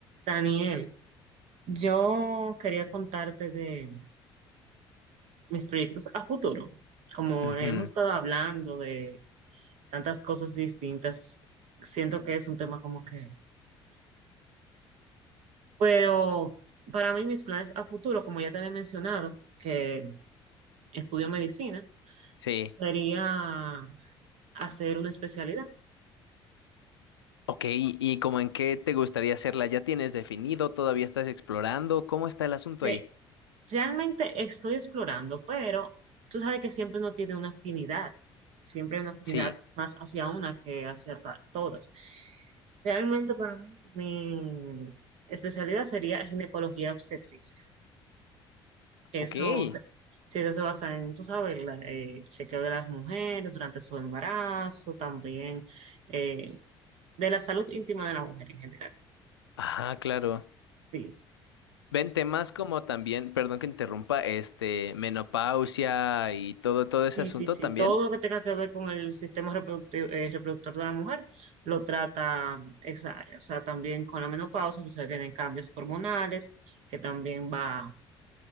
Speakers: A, on the right (about 55°); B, on the left (about 80°).
A: Daniel, yo quería contarte de mis proyectos a futuro. Como
B: Ujú,
A: hemos estado hablando de tantas cosas distintas, siento que es un tema como que... Pero para mí mis planes a futuro, como ya te había mencionado, que estudio medicina,
B: Sí.
A: sería hacer una especialidad.
B: Ok, ¿y y como en qué te gustaría hacerla? ¿Ya tienes definido? ¿Todavía estás explorando? ¿Cómo está el asunto
A: Sí.
B: ahí?
A: Realmente estoy explorando, pero tú sabes que siempre uno tiene una afinidad, siempre hay una afinidad
B: Sí.
A: más hacia una que hacia ta- todas. Realmente para mí mi especialidad sería ginecología obstetricia. Eso
B: Ok.
A: se, sí, eso se basa en, tú sabes, la- eh, el chequeo de las mujeres durante su embarazo, también eh, de la salud íntima de la mujer en general.
B: Ajá, claro.
A: Sí.
B: Ven temas como también, perdón que interrumpa, este, menopausia y todo, todo
A: Sí,
B: ese asunto
A: sí, sí.
B: también.
A: Todo lo que tenga que ver con el sistema reproductivo, eh, reproductor de la mujer lo trata esa área. O sea, también con la menopausia, pues vienen cambios hormonales, que también va,